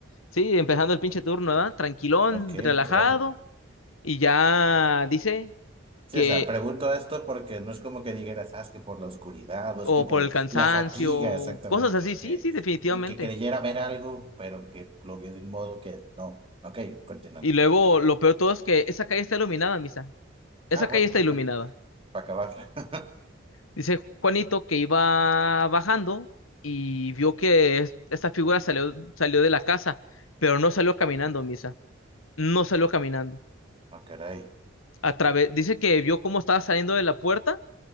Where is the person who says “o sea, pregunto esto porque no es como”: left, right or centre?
Right